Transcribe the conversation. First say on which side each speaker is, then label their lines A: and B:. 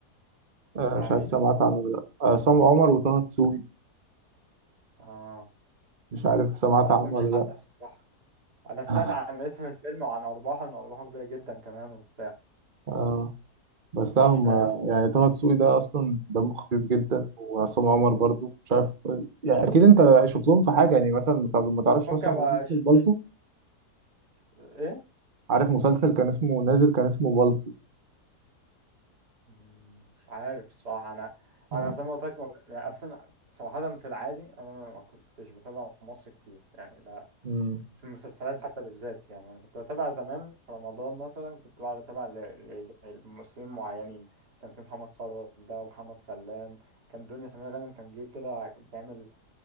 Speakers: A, on the right; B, on the right.
A: آه،
B: بتاع
A: مش
B: مين
A: عارف سمعت عنه ولا لا آه، عصام عمر وطه دسوقي
B: اه
A: مش عارف سمعت
B: أنا ما أعرفهمش
A: عنه ولا
B: حتى
A: لا
B: الصراحة أنا سمعت
A: <laughs>
B: عن اسم الفيلم وعن أرباحه إن أرباحه كبيرة جدا كمان وبتاع
A: آه بس
B: مش
A: لا هم
B: فاهم
A: يعني طه دسوقي ده اصلا دمه خفيف جدا وعصام عمر برضو مش عارف يعني اكيد انت شفتهم في حاجه يعني مثلا ما تع- ما تعرفش
B: ممكن
A: مثلا
B: أبقى
A: مسلسل
B: ش...
A: بالطو
B: إيه؟
A: عارف مسلسل كان اسمه نازل كان اسمه بالطو
B: مم، مش عارف الصراحة أنا أنا
A: آه.
B: زي ما قلت لك ما ب- يعني أصلا صراحة في العادي أنا ما كنتش بتابع مصر كتير يعني
A: مم.
B: في المسلسلات حتى بالذات يعني انا كنت بتابع زمان في رمضان مثلا كنت بقعد اتابع ل- ل- زي ممثلين معينين كان في محمد ثروت ده ومحمد سلام كان دنيا سمير غانم كان جه كده بتعمل